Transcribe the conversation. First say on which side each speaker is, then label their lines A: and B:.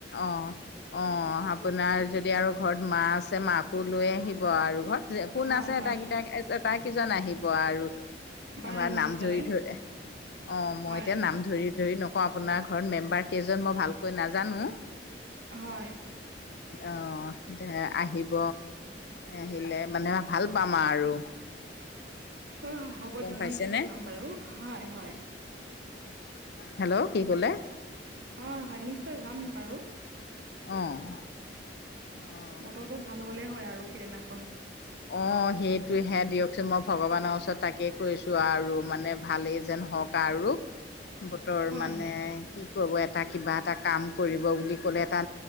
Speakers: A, on the left; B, on the right.
A: অ'। অ', আপোনাৰ যদি আৰু ঘৰত মা আছে, মাকো লৈ আহিব আৰু, হয়। যে কোন
B: হয়
A: আছে,
B: হয়
A: এটাই কেইটা আতাকেইজন আহিব আৰু।
B: বাৰু
A: এবাৰ নাম
B: নিশ্চয়
A: জৰি ধৰি, অ' মই
B: হয়
A: এতিয়া
B: হয়
A: নাম ধৰি ধৰি নকওঁ, আপোনাৰ ঘৰত মেম্বাৰ কেইজন মই ভালকৈ নাজানো।
B: হয়।
A: অ', তে আহিব, আহিলে মানে ভাল পাম আৰু।
B: অ' হ'ব
A: গম
B: দিয়ক,
A: পাইছেনে
B: নিশ্চয় যাম বাৰু, হয় হয়।
A: হেল্ল', কি কলে?
B: অ' হয়, নিশ্চয় যাম বাৰু।
A: অ'। অ',
B: বতৰটো ভাল হ'লে হয়, আৰু সিদিনাখন।
A: অ', সেইটোহে দিয়কচোন, মই ভগৱানৰ ওচৰত তাকেই কৈছোঁ, আৰু মানে ভালেই যেন হওঁক কাৰো, বতৰ
B: হয়
A: মানে কি ক এটা কিবা এটা কাম কৰিব বুলি ক'লে, এটা